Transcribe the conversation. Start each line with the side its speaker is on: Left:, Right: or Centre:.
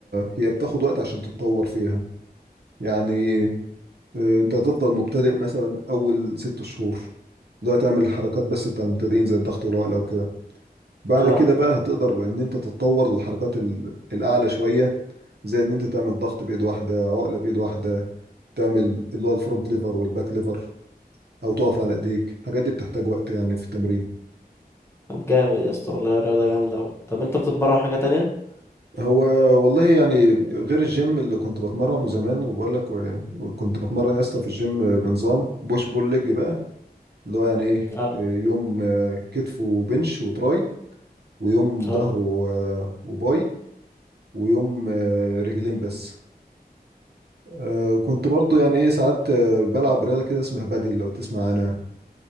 Right: هي بتاخد وقت عشان تتطور فيها يعني آه، انت هتفضل مبتدئ مثلا اول ست شهور اللي هو تعمل الحركات بس بتاع المبتدئين زي الضغط والعقله وكده بعد
Left: اه
Right: كده بقى هتقدر ان انت تتطور للحركات ال- الاعلى شويه زي ان انت تعمل ضغط بايد واحده عقله بايد واحده تعمل اللي هو الفرونت ليفر والباك ليفر او تقف على ايديك الحاجات دي بتحتاج وقت يعني في التمرين
Left: طب جامد يا اسطى والله الرياضه جامده اوي طب انت بتتمرن حاجه تانية
Right: هو والله يعني غير الجيم اللي كنت بتمرنه زمان وبقول لك و- وكنت بتمرن يا اسطى في الجيم بنظام بوش بول ليج بقى اللي هو يعني ايه
Left: اه
Right: آه، يوم آه، كتف وبنش وتراي ويوم
Left: اه
Right: ظهر و- وباي ويوم آه، رجلين بس آه، كنت برضو يعني ايه ساعات آه، بلعب رياضة كده اسمها بادل لو تسمع عنها